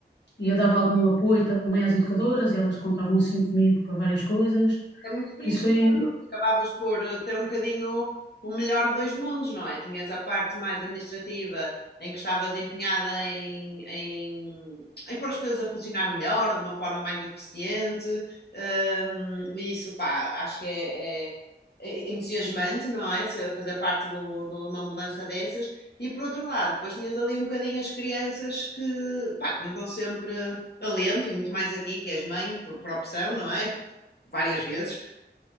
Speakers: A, on the left (about 80°); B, on the left (about 65°).
A: e eu dava algum apoio também às educadoras, e elas contavam assim comigo para várias coisas,
B: É muito fixe,
A: por isso foi...
B: então, porque acabavas por eh, ter um bocadinho o melhor de dois mundos, não é? Tinhas a parte mais administrativa, em que estavas empenhada em, em, em pôr as coisas a funcionar melhor, de uma forma mais eficiente, hum, e isso, pá, acho que é, é- é entusiasmante, não é? Se- Fazer parte do- de uma mudança dessas. E por outro lado, depois tinhas ali um bocadinho as crianças que, pá, que nos dão sempre alento, e muito mais a ti, que és mãe, por, por opção, não é? Várias vezes